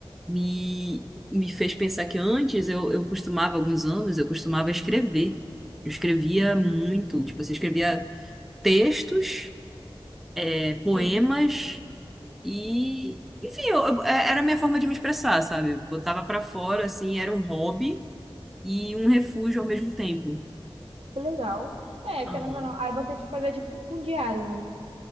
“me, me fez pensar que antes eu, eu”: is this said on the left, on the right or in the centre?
Centre